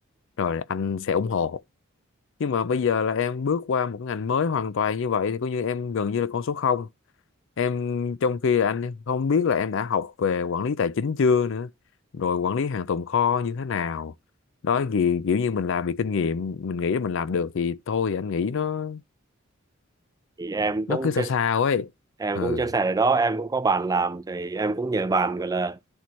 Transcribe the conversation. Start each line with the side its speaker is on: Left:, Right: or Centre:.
Left: rồi anh sẽ ủng hộ chứ mà bây giờ là em bước qua một ngành mới hoàn toàn như vậy thì coi như em gần như là con số không em trong khi là anh không biết là em đã học về quản lý tài chính chưa nữa rồi quản lý hàng tồn kho như thế nào đó gì kiểu như mình làm vì kinh nghiệm mình nghĩ là mình làm được thì thôi thì anh nghĩ nó
Right: thì em cũng
Left: nó cứ sao
Right: chia
Left: sao ấy
Right: em
Left: ừ
Right: cũng chia sẻ ở đó em cũng có bạn làm thì em cũng nhờ bạn gọi là